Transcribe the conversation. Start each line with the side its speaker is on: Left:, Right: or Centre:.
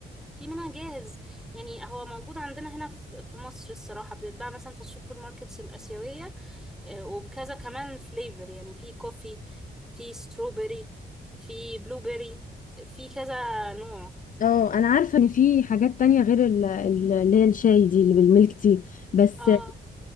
Centre: في منها جاهز يعني هو موجود عندنا هنا في في مصر الصراحه بتتباع مثلا في السوبر ماركتس الاسيويه آه، وبكذا كمان فليفر يعني في كوفي في ستروبري في بلوبري في كذا نوع
Left: اه انا عارفه ان في حاجات تانية غير ال- ال- اللي هي الشاي دي اللي بالميلك تي بس
Centre: اه